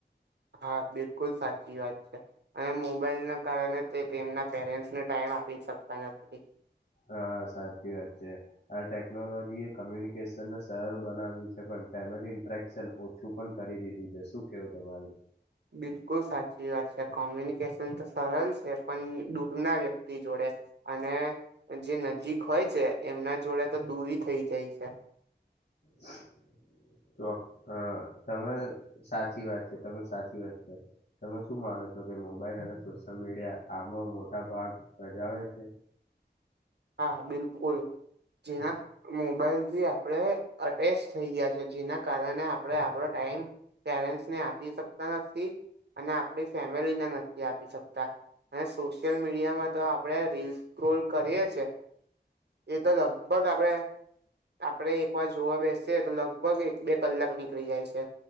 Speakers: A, on the right (about 65°); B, on the left (about 55°).
A: હા બિલકુલ સાચી વાત છે અને મોબાઈલ ના કારણે તે તેમના પેરેન્ટ્સને ટાઈમ આપી શકતા નથી
B: હા સાચી વાત છે આ ટેકનોલોજી એ કોમ્યુનિકેશનને સરળ બનાવ્યું છે પણ તેમાનું ઇંટ્રેકશન ઓછું પણ કરી દીધું છે શું કેવું તમારું?
A: બિલકુલ સાચી વાત છે કોમ્યુનિકેશન તો સરળ છે પણ દૂરના વ્યક્તિ જોડે અને જે નજીક હોય છે એમના જોડે તો દૂરી થઈ જાય છે
B: <inaudible> ચો હ તમે સાચી વાત છે તમે સાચી વાત છે તમે શું માનો છો કે મોબાઈલ અને સોશિયલ મીડિયા આમાં મોટા ભાગ ભજાવે છે <inaudible>
A: હા બિલકુલ જેના મોબાઈલથી આપડે અટેચ થઈ ગયા છે જેના કારણે આપડા પડો ટાઈમ પેરેન્ટ્સને આપી શકતા નથી અને આપડી ફેમિલીને નથી આપ પી શકતા અને સોશિયલ મીડિયામાં તો આપડે રીલ સ્ક્રોલ કરીએ છે એતો લગભગ આપડે આપડે એક વાર જોવા બેસીએ તો લગભગ એક બે કલાક નીકળી જાય છે